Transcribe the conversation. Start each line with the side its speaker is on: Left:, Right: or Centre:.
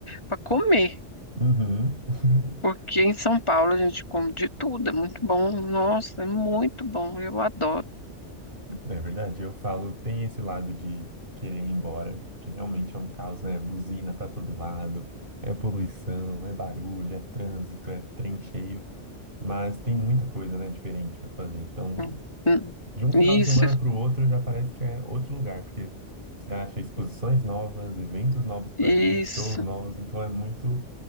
Left: para comer.
Right: Uhum. <laughs>
Left: Porque em São Paulo a gente come de tudo. É muito bom. Nossa, é muito bom. Eu adoro.
Right: Não é verdade? Eu falo, tem esse lado de querer ir embora, porque realmente é um caos, né? Buzina pra todo lado, é poluição, é barulho, é trânsito, é trem cheio, mas tem muita coisa, né, diferente pra fazer. Então,
Left: Hum, hum.
Right: de um final
Left: Isso,
Right: de semana pro outro já parece que é outro lugar, porque você acha exposições novas, eventos novos pra
Left: isso.
Right: ir, shows novos, então é muito